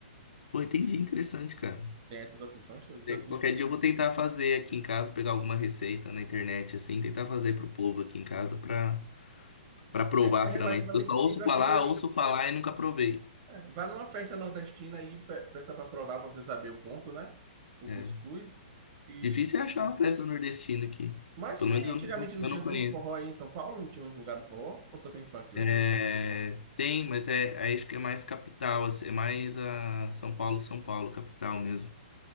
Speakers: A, on the left (about 80°); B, on the right (about 40°).
A: Pô, entendi.
B: E
A: Interessante, cara.
B: tem essas opções todas. Então,
A: Tem-
B: assim,
A: Qualquer dia eu vou tentar fazer aqui em casa, pegar alguma receita na internet, assim, tentar fazer pro povo aqui em casa pra, pra provar
B: é é relativamente
A: finalmente. Porque eu só
B: simples.
A: ouço falar,
B: Aconselho,
A: ouço falar e nunca provei.
B: é, vá numa festa nordestina e pe- peça para provar, para você saber o ponto, né? O
A: É.
B: cuscuz. E...
A: Difícil é achar uma festa nordestina aqui.
B: Mas
A: Pelo
B: tem,
A: menos eu
B: antigamente
A: não,
B: não
A: eu
B: tinha
A: não conheço.
B: sempre forró aí em São Paulo? Não tinha um lugar do forró? Ou só tem funk
A: É,
B: hoje?
A: tem, mas é, aí acho que é mais capital, assim, é mais a São Paulo, São Paulo, capital mesmo.